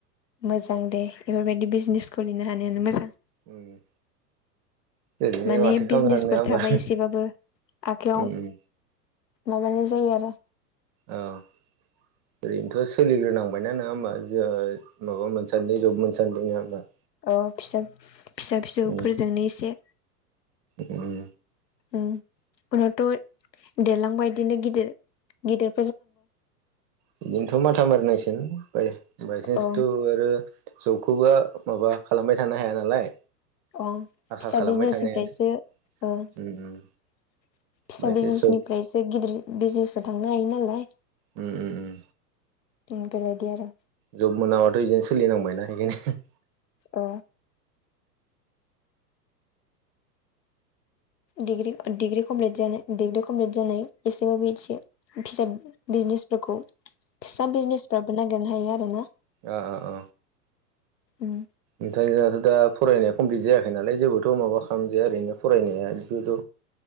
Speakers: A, on the left; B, on the right.
A: मोजां दे बेफोरबायदि बिजनेस खुलिनो हानायानो मोजां
B: उम ओरैनो
A: माने
B: माथो खालामनो
A: बिजिनेसफोर
B: हानो नङा होमबा
A: थाबा एसेबाबो आखाइयाव
B: उम उम
A: माबानाय जायो आरो
B: ओं ओरैनोथ' सोलिग्रोनांबायना नोङा होमबा जों माबा मोनसान्दि जब मोनसान्दि नङा होमबा
A: अ फिसा फिसा फिसौफोरजोंनो
B: उम
A: एसे
B: उम
A: उम उनावथ' देरलांबा बिदिनो गिदिर गिदिर
B: बिदिनोथ' माथा मारिनांसिगोन बाय बायसान्सथ'
A: औ
B: आरो जबखौबो माबा खालामबाय थानो हाया नालाय
A: अ
B: आखा
A: फिसा
B: खालामबाय
A: बिजिनेसनिफ्रायसो
B: थानो हायाना
A: ओ फिसा
B: उम उम बायसान्स
A: बिजिनेसनिफ्रायसो
B: जब
A: गिदिर बिजिनेसाव थांनो हायो नालाय
B: उम उम उम
A: उम बेबायदि आरो
B: जब मोनाबाथ' बिदिनो सोलिनांबायना बेखायनो
A: ओ डिग्रि डिग्रि कमप्लिट जानाय डिग्रि कमप्लिट जानाय एसेबाबो एसे फिसा बिजिनेसफोरखौ फिसा बिजिनेसफोराबो नागिरनो हायो आरोना
B: आ आ आ
A: उम
B: ओमफ्राय जोंहाथ' दा फरायनाया कमप्लिट जायाखै नालाय जेबोथ' माबा खालामजाया ओरैनो फरायनाया बिबोथ'